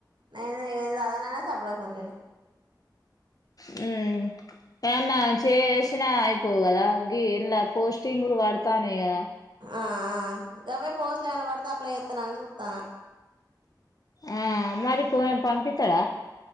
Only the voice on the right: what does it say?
నేను చదవననే సప్పుడు చేయకుంటిని
ఆ ఆ కవే పోస్ట్లు ఏమన్నా పెడితే అప్లై చేద్దామని చూస్తున్న